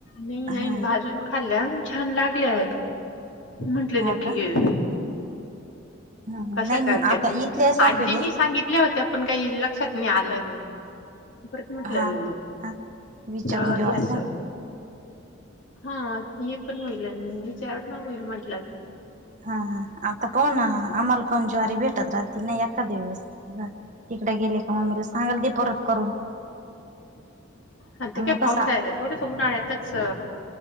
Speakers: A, on the left; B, on the right.
A: नाही नाही
B: हा
A: भाजून खाल्ल्या छान लागल्या म्हंटले
B: हा
A: नक्की
B: का
A: ग
B: ह
A: कसं
B: नाही
A: करते
B: आता इथल्या संपेले
A: आजीनी सांगितले होते पण काही लक्षात नाही आलं. परत म्हटलं
B: हा हा विचारून
A: तर
B: घेऊ
A: यास
B: असं
A: हा हे पण होईल आणि विचारणा होईल म्हटलं.
B: हा हा आता पाहुना आम्हाला पण ज्वारी भेटत राहती ना एका दिवस. तिकडे गेले का मम्मीला सांगल दे परत करून.
A: अ ते
B: मग
A: काय पावसा
B: कसा
A: य थोडस उन्हाळ्यातच